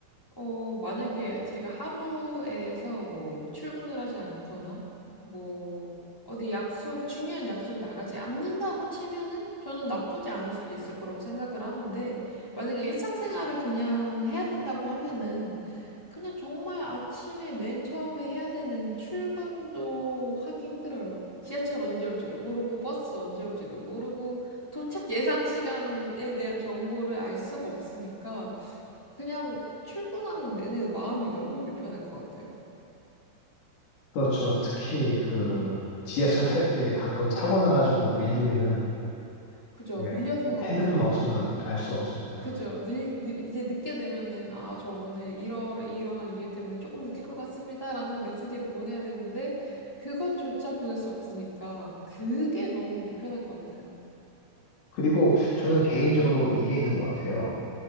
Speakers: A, in the centre; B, on the left.
A: 어, 만약에 제가 하루에서 뭐 출근을 하지 않거나 뭐 어디 약속, 중요한 약속에 나가지 않는다고 치면은 저는 나쁘지 않을 수도 있을 거라고 생각을 하는데 만약에 일상생활을 그냥 해야 된다고 하면은 그냥 정말 아침에 맨 처음에 해야 되는 출근도 하기 힘들어요. 지하철 언제 올지도 모르고 버스 언제 올지도 모르고 도착 예상 시간에 대한 정보를 알 수가 없으니까 그냥 출근하는 내내 마음이 너무 불편할 것 같아요.
B: 그렇죠. 특히 그 지하철 탈 때 가끔 사고 나가지고 밀리면은
A: 그죠?
B: 예,
A: 밀려서
B: 핸드폰
A: 늦,
B: 없으면 알 수가 없으니까.
A: 그죠? 늘, 늦- 이제 늦게 되면은 아, 저 오늘 이러 이러한 이유 때문에 조금 늦을 것 같습니다라는 메시지를 보내야 되는데 그것조차 보낼 수 없으니까 그게 너무 불편할 것 같아요.
B: 그리고 저는 개인적으로 이게 있는 것 같아요.